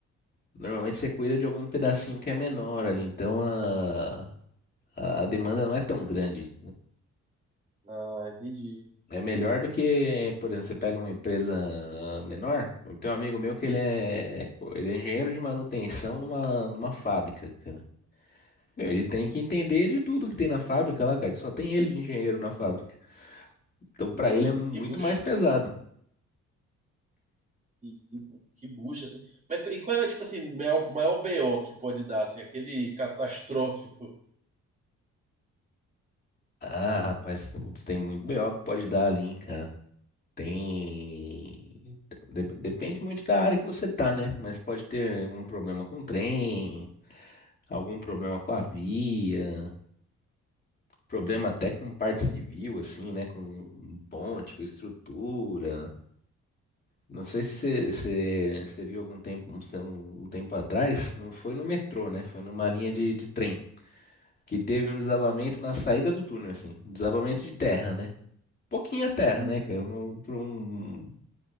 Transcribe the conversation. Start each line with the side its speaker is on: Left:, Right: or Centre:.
Left: Normalmente você cuida de algum pedacinho que é menor ali, então a, a demanda não é tão grande.
Right: Ah, entendi.
Left: É melhor do que, por exemplo, você pega uma empresa menor. Eu tenho um amigo meu que ele é, ele é engenheiro de manutenção numa, numa fábrica, cara. Meu, Ele tem que entender de tudo que tem na fábrica lá, cara, que só tem ele de engenheiro na fábrica. Então, pra
Right: Nossa,
Left: ele é muito
Right: que bucha.
Left: mais pesado.
Right: E, e que bucha, assim. Mas, e qual é, tipo assim, o maior, maior BO que pode dar, assim, aquele catastrófico
Left: Ah, rapaz, putz, tem muito BO que pode dar ali, hein, cara. Tem. de- Depende muito da área que você tá, né? Mas pode ter um problema com o trem, algum problema com a via. problema até com parte civil, assim, né? Com ponte, com estrutura. Não sei se você você- viu algum tempo, uns tem- um, tempo atrás, não foi no metrô, né? Foi numa linha de, de trem, que teve um desabamento na saída do túnel, assim, desabamento de terra, né? Pouquinha terra,
Right: Uhum.
Left: né, cara? Um, pra um-